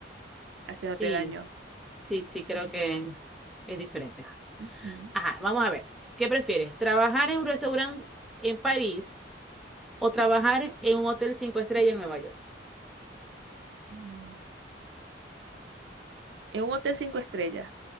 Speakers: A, on the right; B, in the centre.
A: haciéndote
B: Sí,
A: daño.
B: sí, sí, creo que es diferente. Ajá,
A: Ujú.
B: Ajá, vamos a ver. ¿Qué prefieres? ¿Trabajar en un restaurante en París o trabajar en un hotel cinco estrellas en Nueva York?
A: Mm. En un hotel 5 estrellas.